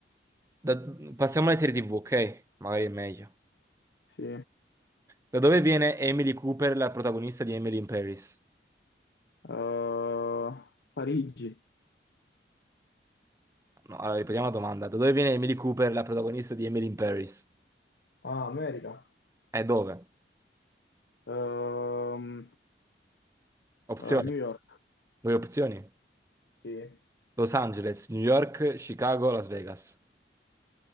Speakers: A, on the right; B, on the left.
A: da- passiamo alle serie TV, ok? Magari è meglio.
B: Sì.
A: Da dove viene Emily Cooper, la protagonista di Emily in Paris?
B: Ehm, Parigi.
A: No, allora ripetiamo la domanda. Da dove viene Emily Cooper, la protagonista di Emily in Paris?
B: Ah, America.
A: E dove?
B: Ehm,
A: Opzioni.
B: eh, New York.
A: Due opzioni.
B: Sì. Eh,
A: Los Angeles, New York, Chicago, Las Vegas.